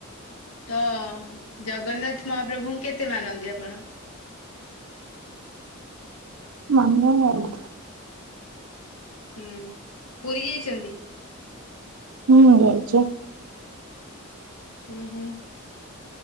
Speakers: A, on the left; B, on the right.
A: ତ ଜଗନ୍ନାଥ ମହାପ୍ରଭୁଙ୍କୁ କେତେ ମାନନ୍ତି ଆପଣ?
B: ମାନେ ଆଉ
A: ହୁଁ ପୁରୀ ଯାଇଛନ୍ତି?
B: ହୁଁ ଯାଇଚି।
A: ହୁଁ ହୁଁ।